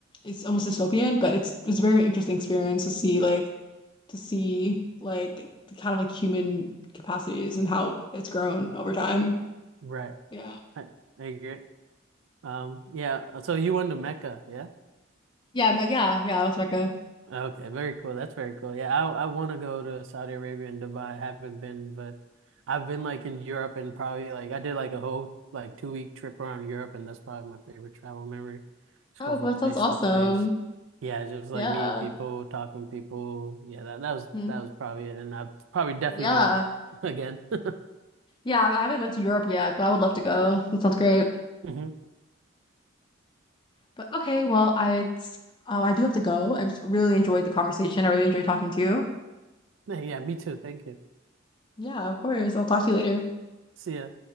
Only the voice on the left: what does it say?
It's almost dystopian, but it's it's a very interesting experience to see like to see like the kind of like human capacities and how it's grown over time.
Yeah.
Yeah, Me- yeah, yeah, with Mecca.
Oh,
well,
that sounds awesome.
Yeah.
Hmm.
Yeah.
Yeah, I I haven't went to Europe yet, but I would love to go. That sounds great.
But okay, well, I um, I do have to go. I just really enjoyed the conversation. I really enjoyed talking to you.
Yeah, of course. I'll talk to you later.